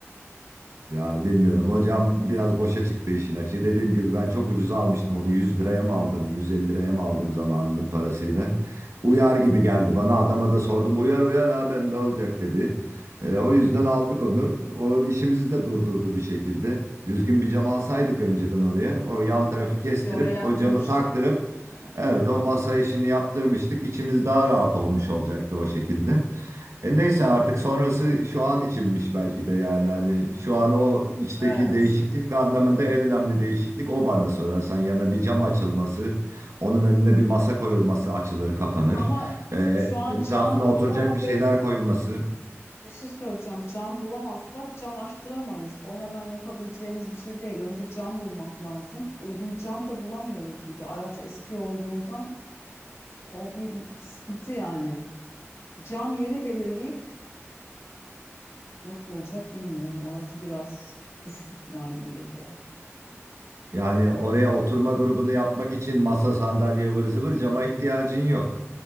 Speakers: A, on the right; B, on the left.
A: Yani bilmiyorum hocam biraz boşa çıktı işin açığı. Dediğim gibi ben çok ucuza almıştım onu 100 liraya mı aldım 150 liraya mı aldım zamanının parasıyla. Uyar gibi geldi bana adama da sordum uyar uyar abim ne olacak dedi. E, o yüzden aldık onu. O işimizi de durdurdu bir şekilde. Düzgün bir cam alsaydık önceden oraya. O yan tarafı kestirip
B: Bir oraya yaptırmıştık.
A: o camı taktırıp
B: Evet.
A: evet o masa işini yaptırmıştık. İçimiz daha rahat olmuş olacaktı o şekilde. E neyse artık sonrası şu an içinmiş belki de yani hani şu an o içteki
B: Evet.
A: değişiklik anlamında en önemli değişiklik o bana sorarsan yana bir cam açılması onun önüne bir masa koyulması açılır kapanır
B: Ama
A: E,
B: şu an
A: etrafına
B: cam
A: oturacak
B: bulamadığım
A: bir şeyler koyulması
B: Bir şey söyleyeceğim. Cam bulamazsak cam açtıramayız. O hemen yapabileceğimiz bir şey değil. Önce cam bulmak lazım. Uygun cam da bulamıyoruz gibi. Araç eski olduğundan o bir sıkıntı yani. Cam yeri belirleyip nasıl olacak bilmiyorum. Orası biraz düşük ihtimal gibi geliyor.
A: yani oraya oturma grubunu yapmak için masa sandalye ıvır zıvır cama ihtiyacın yok.